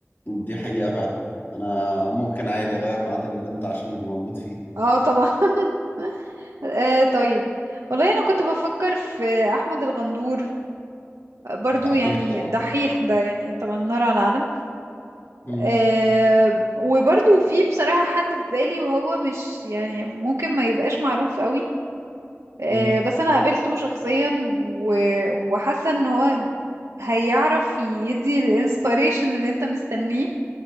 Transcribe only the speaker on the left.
دي حقيقه فعلا انا ممكن عادي اغير ميعاد الايفنت عشان يبقى موجود فيه
الدحيح
طبعا
مم،
مم.